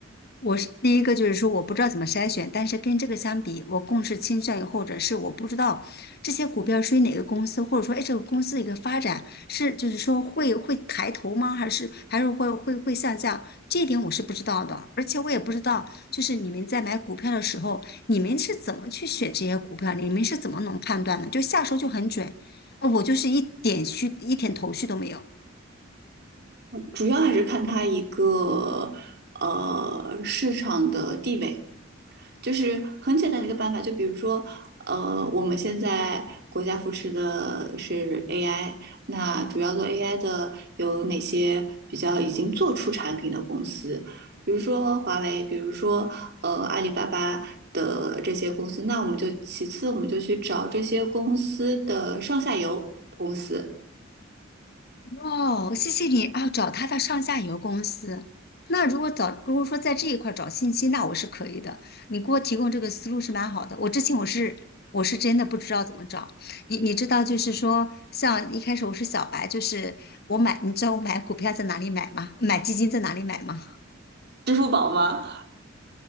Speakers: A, on the left; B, on the right.
A: 我是第一个就是说我不知道怎么筛选，但是跟这个相比，我更是倾向于或者是我不知道这些股票属于哪个公司，或者说哎这个公司的一个发展是就是说会会抬头吗？还是还是会会会下降？这一点我是不知道的，而且我也不知道就是你们在买股票的时候，你们是怎么去选这些股票，你们是怎么能判断的？就下手就很准，呃我就是一点虚一点头绪都没有。
B: 主要还是看它一个呃市场的地位。就是很简单的一个办法，就比如说，呃，我们现在国家扶持的是 AI，那主要做 AI 的有哪些比较已经做出产品的公司？比如说华为，比如说呃阿里巴巴的这些公司，那我们就其次我们就去找这些公司的上下游公司。
A: 哦，谢谢你啊，找他的上下游公司。那如果找，如果说在这一块儿找信息，那我是可以的。你给我提供这个思路是蛮好的。我之前我是我是真的不知道怎么找。你你知道，就是说，像一开始我是小白，就是我买，你知道我买股票在哪里买吗？买基金在哪里买吗？
B: 支付宝吗？